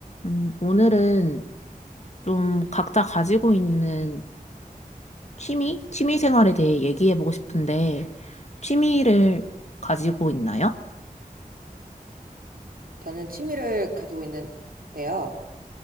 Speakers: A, on the left; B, on the right.
A: 음, 오늘은 좀 각자 가지고 있는 취미? 취미 생활에 대해 얘기해 보고 싶은데, 취미를 가지고 있나요?
B: 저는 취미를 가지고 있는데요.